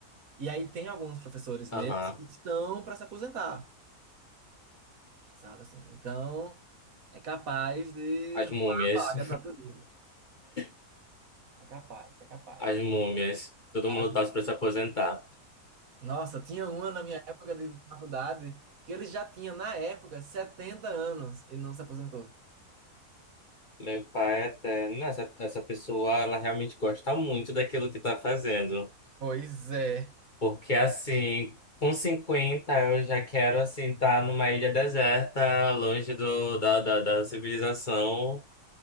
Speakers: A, on the right; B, on the left.
A: E aí tem alguns professores
B: aham.
A: mesmo que estão pra se aposentar. sabe assim? Então, é capaz de
B: As
A: rolar
B: múmias.
A: a vaga para tudo
B: <laughs>
A: É capaz, é capaz.
B: As múmias. Todo
A: Ah,
B: mundo
A: sim.
B: torce pra se aposentar.
A: Nossa, tinha uma na minha época de faculdade que ele já tinha, na época, 70 anos e não se aposentou.
B: Meu pai até. Não, essa, essa pessoa, ela realmente gosta muito daquilo que tá fazendo.
A: Pois é.
B: Porque, assim, com 50 eu já quero, assim, estar numa ilha deserta, longe do, da, da, da civilização,